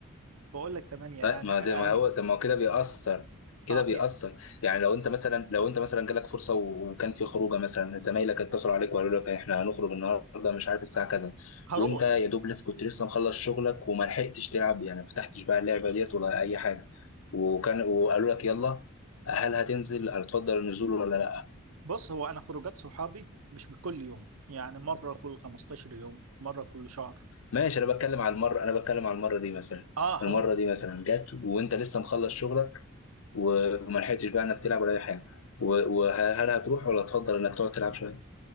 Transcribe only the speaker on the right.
بقول لك 8 يعني
أج...
آه
ي-
هروح
بص هو انا خروجات صحابي مش بكل يوم يعني مرة كل 15 يوم مرة كل شهر
اه
هروح